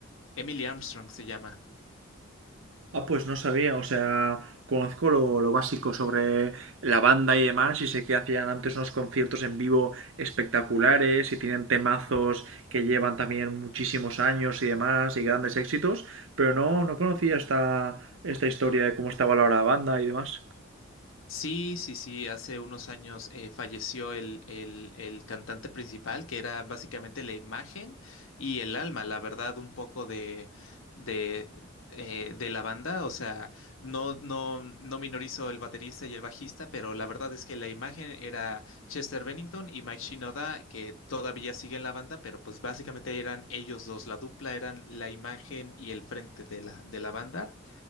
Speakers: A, on the left; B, on the right.
A: Emily Armstrong se llama.
B: Ah, pues no sabía, o sea, conozco lo, lo básico sobre la banda y demás, y sé que hacían antes unos conciertos en vivo espectaculares, y tienen temazos que llevan también muchísimos años y demás, y grandes éxitos, pero no, no conocía esta, esta historia de cómo estaba valorada la banda y demás.
A: Sí, sí, sí, hace unos años eh, falleció el, el- el cantante principal, que era básicamente la imagen y el alma, la verdad, un poco de, de, eh, de la banda. O sea, no, no, no minorizo el baterista y el bajista, pero la verdad es que la imagen era Chester Bennington y Mike Shinoda, que todavía siguen la banda, pero pues básicamente eran ellos dos, la dupla eran la imagen y el frente de la, de la banda.